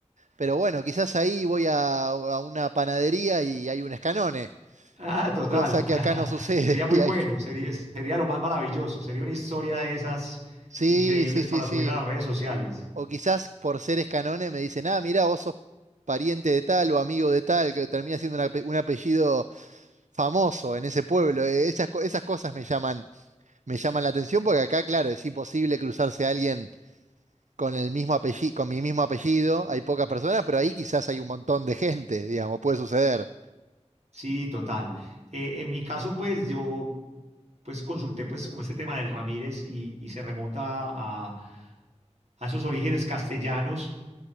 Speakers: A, on the right; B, on the right.
A: pero bueno, quizás ahí voy a, a una panadería y hay un escanone,
B: Ah, total.
A: cosa que
B: <laughs>
A: acá no sucede.
B: Sería muy
A: <laughs> Y
B: bueno,
A: hay-
B: sería, sería lo más maravilloso. Sería una historia de esas
A: Sí,
B: increíbles
A: sí, sí,
B: para
A: sí.
B: subir a las redes sociales.
A: O quizás por ser escanone me dicen, ah, mirá, vos sos pariente de tal o amigo de tal, que termina siendo un ape- un apellido famoso en ese pueblo. Eh, Esas, co- esas cosas me llaman, me llaman la atención porque acá, claro, es imposible cruzarse a alguien con el mismo apellido, con mi mismo apellido. Hay pocas personas, pero ahí quizás hay un montón de gente, digamos, puede suceder.
B: Sí, total. Eh, en mi caso, pues yo pues consulté pues como este tema del Ramírez y, y se remonta a, a esos orígenes castellanos,